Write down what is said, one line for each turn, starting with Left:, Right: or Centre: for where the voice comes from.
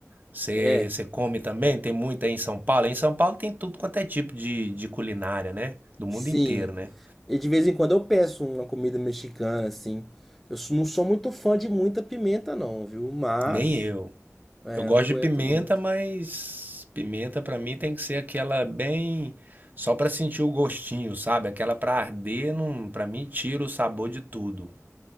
Right: Você
Centre: É,
Right: você come também? Tem muito aí em São Paulo? Em São Paulo tem tudo quanto é tipo de, de culinária, né? Do mundo
Centre: sim.
Right: inteiro, né?
Centre: E de vez em quando eu peço uma comida mexicana, assim. Eu s- não sou muito fã de muita pimenta, não, viu? Mas,
Right: Nem eu.
Centre: é,
Right: Eu gosto
Centre: não aguento
Right: de pimenta,
Centre: muito.
Right: mas pimenta pra mim tem que ser aquela bem. Só pra sentir o gostinho, sabe? Aquela pra arder, não, para mim tira o sabor de tudo.